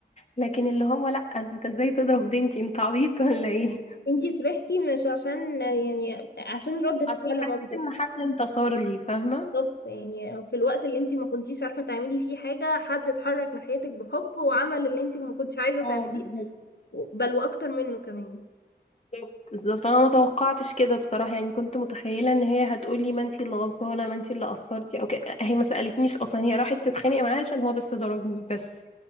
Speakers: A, on the left; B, on the left.
A: لكن اللي هو لا انت ازاي تضرب بنتي انت عبيط ولا ايه <laughs>
B: انتي فرحتي مش عشان يعني عشان ردة
A: عشان
B: فعل
A: حسيت
B: مامتك
A: ان حد انتصر لي فاهمه
B: بالظبط يعني في الوقت اللي انت ما كنتيش عارفه تعملي فيه حاجه حد اتحرك ناحيتك بحب وعمل اللي انت ما كنتش عايزه تعمليه
A: اه بالظبط
B: بل واكتر منه كمان
A: بالظبط بالظبط. انا ما توقعتش كده بصراحه يعني كنت متخيله ان هي هتقولي ما انتي اللي غلطانه ما انتي اللي قصرتي او كده هي ما سالتنيش اصلا هي راحت تتخانق معاه عشان هو بس ضربني بس